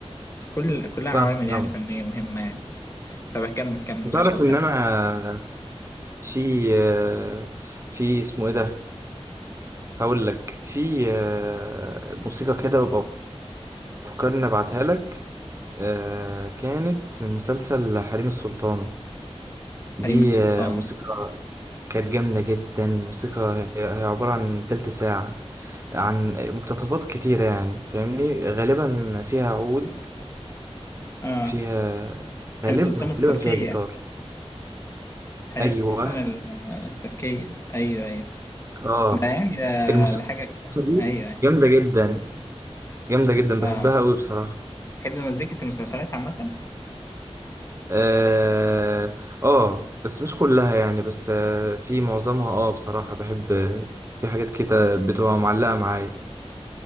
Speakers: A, on the left (about 25°); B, on the right (about 25°).
A: كل كلها عوامل
B: فاهم فاهم
A: يعني فنية مهمة يعني طب كمل كمل
B: انت
A: معلش
B: تعرف
A: قاطعتك
B: ان انا في آه، في اسمه ايه ده هقول لك في آه، موسيقى كده وابقى فكرني ابعتها لك آه، كانت من مسلسل حريم السلطان دي
A: حريم السلطان
B: آه، موسيقى كانت جامدة جدا الموسيقى هي هي عبارة عن تلت ساعة عن مقتطفات كتيرة يعني فاهمني غالبا فيها عود
A: اه
B: وفيها
A: حريم
B: غالبا
A: السلطان التركية
B: غالبا فيها جيتار
A: حريم
B: أيوة
A: السلطان ال- التركية أيوه أيوه
B: اه
A: ده يعني ده,
B: الموسيقى
A: ده حاجة كده
B: دي
A: أيوه أيوه
B: جامدة جدا جامدة جدا بحبها
A: اه
B: أوي بصراحة
A: تحب مزيكة المسلسلات عامة؟
B: اه, آه بس مش كلها يعني بس آه في معظمها اه بصراحة بحب في حاجات كده بتبقى معلقة معايا